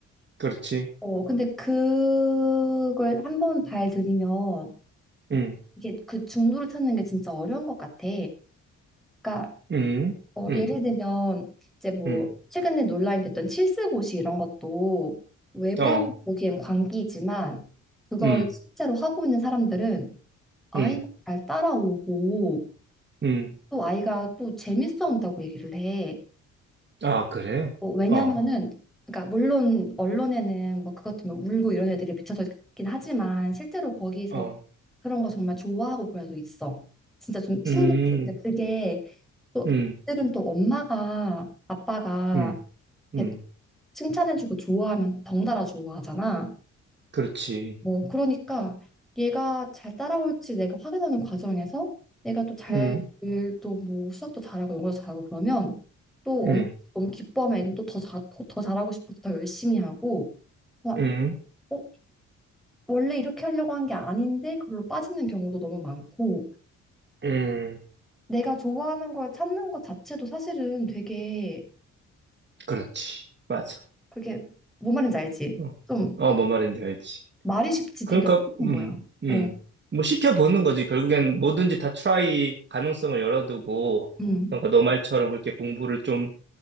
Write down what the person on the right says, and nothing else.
그렇지.
응,
응,
응,
응,
어,
응,
응,
응.
아, 그래?
어,
어,
음,
음,
음,
음.
그렇지.
응,
응,
응,
응.
그렇지. 맞아.
어,
어, 뭔 말인지 알지.
그러니까,
음,
음.
뭐 시켜보는 거지. 결국엔 뭐든지 다 트라이 가능성을 열어두고,
그러니까 너 말처럼 그렇게 공부를 좀